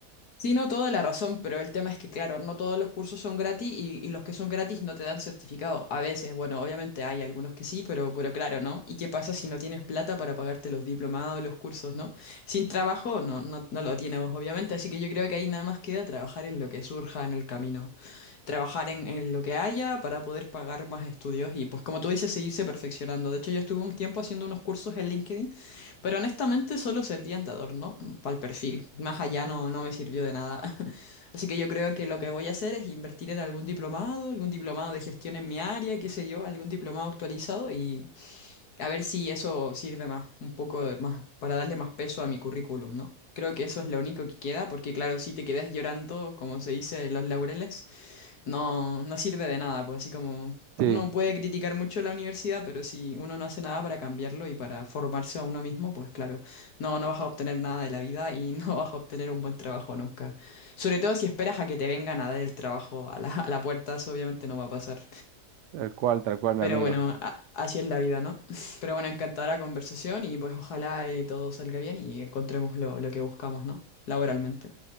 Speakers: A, on the left; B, on the right.
A: Sí, no, toda la razón, pero el tema es que, claro, no todos los cursos son gratis y, y los que son gratis no te dan certificado. A veces, bueno, obviamente hay algunos que sí, pero, pero claro, ¿no? ¿Y qué pasa si no tienes plata para pagarte los diplomados, los cursos, ¿no? Sin trabajo, no, no, no lo tienes, obviamente, así que yo creo que ahí nada más queda trabajar en lo que surja en el camino, trabajar en, en lo que haya para poder pagar más estudios y, pues, como tú dices, seguirse perfeccionando. De hecho, yo estuve un tiempo haciendo unos cursos en LinkedIn. Pero honestamente solo servían de adorno para el perfil. Más allá no, no me sirvió de nada. <laughs> Así que yo creo que lo que voy a hacer es invertir en algún diplomado, algún diplomado de gestión en mi área, qué sé yo, algún diplomado actualizado y a ver si eso sirve más, un poco de- más para darle más peso a mi currículum, ¿no? Creo que eso es lo único que queda, porque claro, si te quedas llorando, como se dice, en los laureles, no, no sirve de nada, pues así como
B: Sí,
A: uno puede criticar mucho la universidad, pero si uno no hace nada para cambiarlo y para formarse a uno mismo, pues claro, no, no vas a obtener nada de la vida y <laughs> no vas a obtener un buen trabajo nunca. Sobre todo si esperas a que te vengan a dar el trabajo a la, a la puerta, eso obviamente no va a pasar.
B: tal cual, tal cual, mi
A: Pero
B: amigo.
A: bueno, a- así es la vida, ¿no? <laughs> Pero bueno, encantadora conversación y pues ojalá eh, todo salga bien y encontremos lo, lo que buscamos, ¿no? Laboralmente.